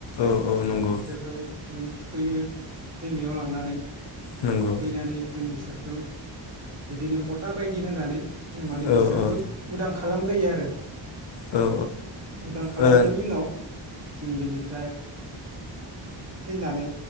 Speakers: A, on the left (about 60°); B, on the right (about 30°).
A: औ औ नंगौ
B: बिसोरखौ जों थुखै बियो दैमायाव लांनानै
A: नंगौ
B: थुखैनानै जों बिसोर खौ बिदिनो पथा बायदि होनानै जों माने
A: औ
B: बिसोरखो
A: औ
B: उदां खालामग्रोयो आरो
A: औ
B: उदां खालामनायनि
A: औ
B: उनाव जों बेनिफ्राय फैनानै